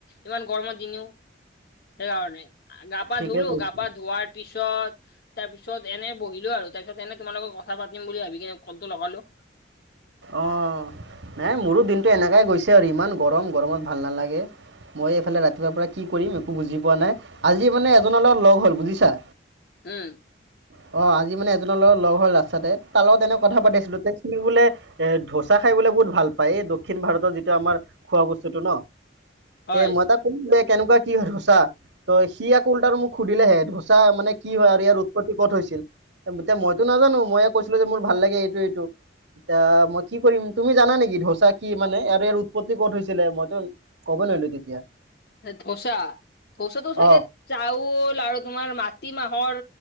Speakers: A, on the left; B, on the right.
A: ইমান গৰমত দিনও। সেইকাৰণে গা পা
B: ঠিকে
A: ধুলো,
B: কৈছা
A: গা পা ধোৱাৰ পিছততাৰ পিছত এনে বহিলো আৰু তাৰিছ তেনে তোমালোকে কথা পাতিম বুলি ভাবি কিনে ক'লটো লগালো।
B: অ', নাই মোৰো দিনটো এনেকাই গৈছে আৰু ইমান গৰম, গৰমত ভাল নালাগে। মই এইফালে ৰাতিপুৱাৰ পৰা কি কৰিম একো বুজি পোৱা নাই আজি মানে এজনৰ লগত লগ হ'ল বুজিছা।
A: উম।
B: অ', আজি মানে এজনৰ লগ লগ হ'ল ৰাস্তাতে তাৰ লগত এনেক কথা পাতিছিলো তে সি বোলে এ ধোচা খাই বোলৈ বহুত ভাল পায় এই দক্ষিণ ভাৰতৰ যিটো আমাৰ খোৱা বস্তুটো ন'।
A: হয়
B: তে মই তাক কলো যে কেনেকুৱা কি হয় সচা ত সি আকৌ উলতাটো মোক সুধিলেহে ধো। তাৰ মানে কি হয় আৰু ইয়াৰ উৎপত্তি। <unintelligible> ক'ত হৈছিল। এতিয়া মইতো নাজানো ময়ে কৈছিলো যে মোৰ ভাল লাগে এইটো এইটো এতিয়া মই কি কৰিম তুমি জানা নেকি ধোচা কি মানে আৰু ইয়াৰ উৎপত্তি কত হৈছিলে মইতো ক'ব নোৱাৰিলো তেতিয়া।
A: ধোচা ধোচাটো চাগে
B: অ
A: চাউল আৰু তোমাৰ মাটি মাহৰ